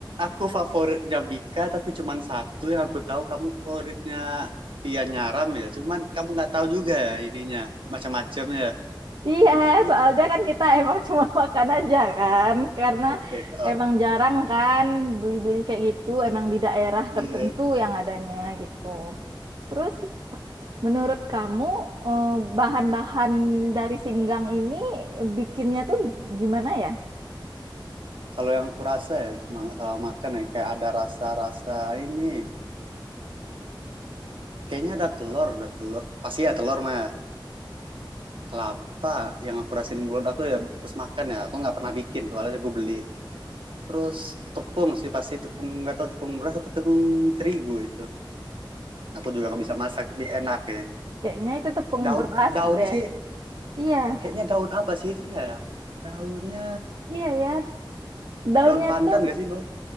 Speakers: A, on the right; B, on the right.
A: aku favoritnya Bika tapi cuma satu yang aku tahu kamu favoritnya Tia Nyaram ya cuman kamu nggak tahu juga ya ininya macam-macamnya ya.
B: iya.
A: bisa gitu
B: Soalnya
A: ya
B: kan kita emang cuma <laughs> makan aja kan, karena
A: Oke, oh,
B: emang jarang kan beli-beli kayak gitu. Emang di daerah tertentu
A: iya
B: yang adanya gitu. Terus menurut kamu eh, bahan-bahan dari singgang ini bikinnya tuh gimana ya?
A: kalau yang kurasa ya semangat sama makan ya kayak ada rasa-rasa ini kayaknya ada telur ada telur pasti ya telur mah kelapa yang aku rasain di mulut aku ya terus makan ya aku nggak pernah bikin soalnya gue beli terus tepung sih pasti tepung nggak tahu tepung beras atau tepung terigu itu aku juga nggak bisa masak tapi enak ya
B: Kayaknya itu tepung
A: daun
B: beras
A: daunnya
B: deh.
A: sih
B: Iya.
A: kayaknya daun apa sih itu ya daunnya
B: Iya ya, daunnya
A: daun pandan
B: tuh
A: gak sih bang